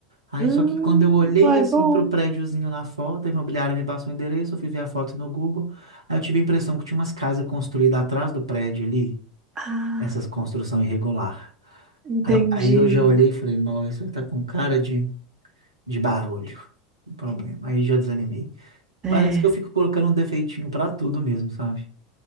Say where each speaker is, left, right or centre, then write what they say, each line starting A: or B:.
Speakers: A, on the right; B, on the right.
A: aí
B: Hum,
A: só que quando eu olhei
B: vai
A: assim
B: bom.
A: pro prédiozinho na foto, a imobiliária me passou o endereço, eu fui ver a foto no Google, aí eu tive a impressão que tinha umas casas construídas atrás do prédio ali,
B: Ah,
A: essas construção irregular.
B: entendi.
A: Aí eu aí eu já olhei e falei, nossa, isso aí tá com cara de, de barulho, o problema. Aí já desanimei.
B: É.
A: Parece que eu fico colocando um defeitinho pra tudo mesmo, sabe?